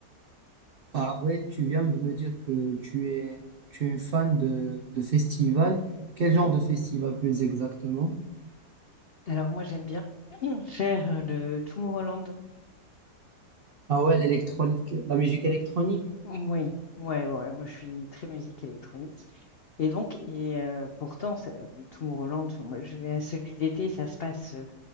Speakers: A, on the right; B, on the left.
A: Ah ouais, tu viens de me dire que tu es, tu es une fan de, de festivals. Quel genre
B: Ouais.
A: de festival plus exactement?
B: Alors, moi, j'aime bien <clears throat> faire euh, le Tomorrowland.
A: Ah ouais, l'électronique, la musique électronique.
B: Oui, ouais, ouais. ouais, Moi, je suis très musique électronique. Et donc, et euh, pourtant, ça- euh, Tomorrowland, enfin, moi, je vais à celui d'été, ça se passe, euh,